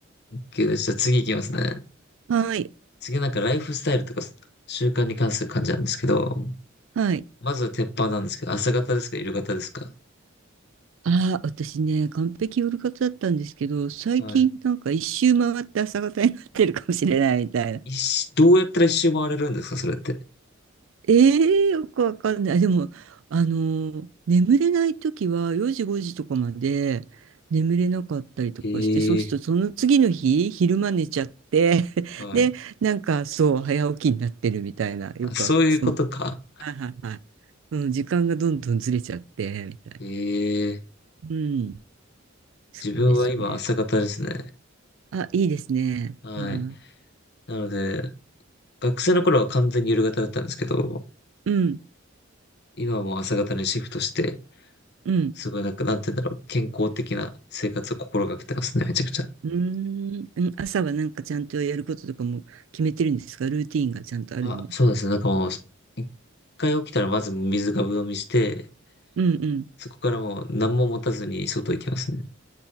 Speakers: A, on the left (about 55°); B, on the right (about 70°).
A: OK ですじゃあ次行きますね。
B: はい、
A: 次なんかライフスタイルとか習慣に関する感じなんですけど、
B: はい。
A: まずは鉄板なんですけど、朝方ですか、夕方ですか
B: ああ、私ね、完璧夜活だったんですけど、最近、
A: はい。
B: なんか一周回って朝方になってるかもしれないみたいな。
A: 一周、どうやったら一周回れるんですかそれって。
B: ええよくわかんない。あでも、あの、眠れないときは4時5時とかまで眠れなかったりとかして、
A: ええ
B: そうするとその次の日、昼間寝ちゃって、<laughs>
A: はい。
B: で、なんかそう、早起きになってるみたいな、よくわそんな、
A: あ、そういうことか。
B: はいはいはい。うん、時間がどんどんずれちゃって、みたいな。
A: ええ
B: うん、そうですね。
A: 自分は今朝方ですね。
B: あ、いいですね。
A: はい。
B: は
A: なので、学生の頃は完全に夜型だったんですけど、
B: いうん、
A: 今はもう朝方にシフトして、
B: うん。
A: すごいなんか、なんて言うんだろう、健康的な生活を心がけてますね、めちゃくちゃ。
B: うーん、うん朝はなんかちゃんとやることとかも決めてるんですかルーティーンがちゃんとあるの
A: あ、そうですね。なんかもう、一回起きたらまず水がぶ飲みして、
B: うんうん。
A: そこからもう何も持たずに外行きますね。